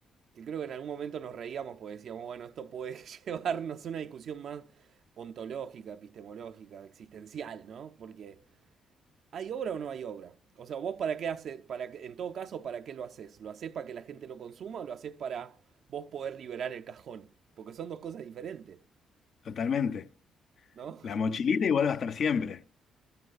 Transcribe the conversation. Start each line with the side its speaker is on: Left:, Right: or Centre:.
Right: que creo que en algún momento nos reíamos porque decíamos, bueno, esto puede <laughs> llevarnos a una discusión más ontológica, epistemológica, existencial, ¿no? Porque ¿Hay obra o no hay obra? O sea, vos para qué haces, para que, en todo caso, ¿para qué lo haces? ¿Lo haces para que la gente lo consuma o lo haces para vos poder liberar el cajón? Porque son dos cosas diferentes,
Left: Totalmente.
Right: ¿no?
Left: La mochilita igual va a estar siempre.